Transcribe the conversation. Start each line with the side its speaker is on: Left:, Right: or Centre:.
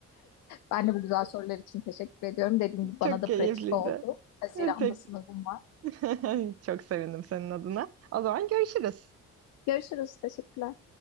Left: Ben de bu güzel sorular için teşekkür ediyorum. Dediğim gibi
Right: Çok
Left: bana da
Right: keyifliydi.
Left: pratik oldu. Haziran'da
Right: Tek-
Left: sınavım var.
Right: <laughs> Çok sevindim senin adına. O zaman görüşürüz.
Left: Görüşürüz. Teşekkürler.